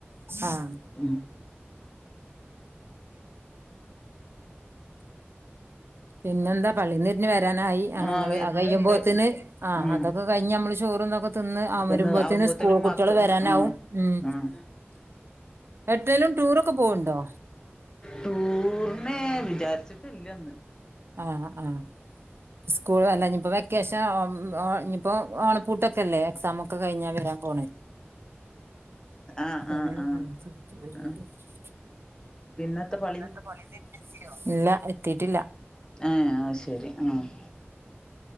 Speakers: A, on the right (about 65°); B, on the left (about 20°).
A: ആഹ്
B: ഉം
A: പിന്നെന്താ പള്ളീന്ന് തിരിഞ്ഞ് വരാനായി ആണ്ങ്ങള്
B: ആഹ് വരുന്നുണ്ട്
A: അയ് കയുമ്പോത്തിന് ആ
B: ഉം
A: അതൊക്കെ കഴിഞ് നമ്മള് ചോറൂന്നൊക്കെ തിന്ന് അമരുമ്പോത്തിന്
B: ഒന്ന് ആവുമ്പോത്തനും
A: സ്കൂൾ കുട്ടികൾ
B: മക്ക
A: വരാനാവും
B: ആഹ്
A: ഉം
B: ആഹ്
A: എട്ടേലും ടൂറൊക്കെ പോവുണ്ടോ
B: ടൂറിനെ വിചാരിച്ചിട്ടില്ല ഇന്ന്
A: ആഹ് ആഹ് സ്കൂൾ അല്ല ഇനിയിപ്പോ വെക്കേഷൻ ഉം ഇനിയിപ്പോ ഓണപ്പൂട്ടൊക്കെല്ലേ എക്സാമൊക്കെ കഴിഞ്ഞാൽ വരാൻ പോണെ
B: ആഹ്
A: <unintelligible>
B: ആഹ് ആഹ് ആഹ് പിന്നത്തെ പ
A: <unintelligible> ഇല്ല എത്തിട്ടില്ല
B: ആ ആയ് ശെരി ആഹ്